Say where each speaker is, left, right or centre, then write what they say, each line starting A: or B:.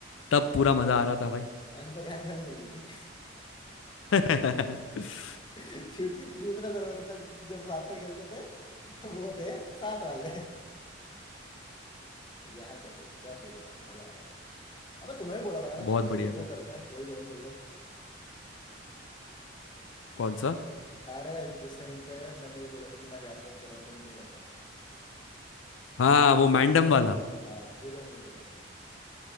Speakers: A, on the left (about 80°); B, on the left (about 25°).
A: तब पूरा मजा आ रहा था भाई
B: मैंने तो गहन गहन कर ली थी।
A: <laughs>
B: क्योंकि दूसरे सर्वर पर जब साथ में खेलते थे वो थे साथ वाले यहाँ कैसे क्या जोड़ी था मजा आ रहा उसमें अबे तुम्हें भी बोला था ना
A: बहुत
B: मैंने कि
A: बढ़िया था
B: वो करते हैं वही ज्वाइन कर लो
A: कौन सा
B: अरे जिस टाइम पे मैंने ये बोला था कि मैं गैंग ज्वाइन कर रहा हूँ तुम क्यों नहीं कर रहे
A: हाँ वो मैंडम वाला
B: हाँ क्यों ज्वाइन नहीं किया तुमने